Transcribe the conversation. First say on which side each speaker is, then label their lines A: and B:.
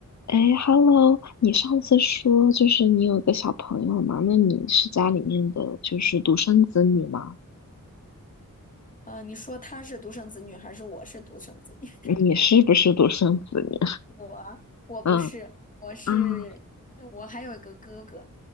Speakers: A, on the left (about 55°); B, on the left (about 25°).
A: 哎，Hello，你上次说就是你有个小朋友嘛？那你是家里面的就是独生子女吗？
B: 呃，你说他是独生子女还是我是独生子女？
A: 嗯你是不是独生子女？
B: <laughs> 我我不是，
A: <laughs> 嗯
B: 我是呃我还有一个哥哥。
A: 啊，